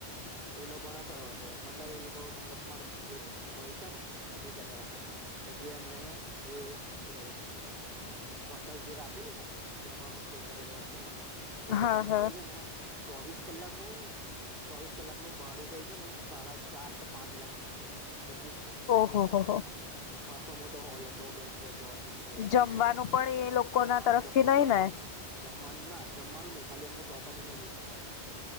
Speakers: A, on the right (about 55°); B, on the left (about 65°).
A: એ લોકો ના થયો હશે મતલબ એ લોકો મતલબ માર જે ભાઈ છે ને એ કેહતા હતા મને કે જે એમને એ એ હોટલ જે રાખેલી ને અમે જેમાં અમે સ્ટે કરેલો હોટલમાં એ હોટલ
B: હા
A: નું
B: હા
A: કઈ છે ને ચોવીસ કલાક નું ચોવીસ કલાક નું ભાડું કઈ છે ને સાડા ચાર કે પાંચ લાખ જેટલું હતું બધું થઈને
B: ઓહ હો હો.
A: ખાસો મોટો હોલ હતો બેન્કવેટ ટો રિંગ સેરેમની
B: જમવાનું
A: માટે
B: પણ એ લોકો
A: હા
B: ના તરફથી
A: જમવાનું
B: નઈ
A: પણ
B: ને
A: એ લોકો જમવાનું ના જમવાનું નઈ. ખાલી એમનો પ્રોપર્ટી નો યુસ કરવા માટે આપડે.